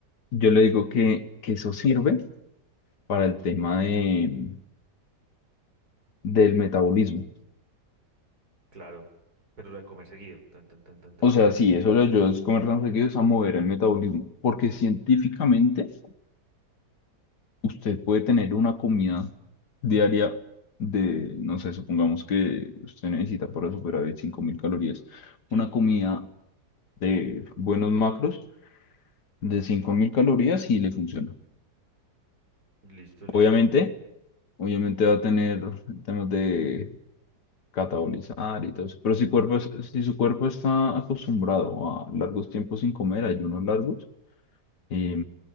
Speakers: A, on the left; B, on the right.
A: yo le digo que, que eso sirve para el tema de, del metabolismo.
B: Claro. Pero la de comer seguido, tan, tan, tan, tan, tan.
A: O sea, sí, eso lo ayuda a comer tan seguido es a mover el metabolismo. Porque científicamente usted puede tener una comida diaria de, no sé, supongamos que usted necesita para superar 5.000 calorías,
B: sí,
A: una comida de buenos macros de cinco mil calorías y le funciona.
B: Listo, listo.
A: Obviamente, obviamente va a tener temas de catabolizar y todo eso, pero si, cuerpo es- si su cuerpo está acostumbrado a largos tiempos sin comer, ayunos largos, eh,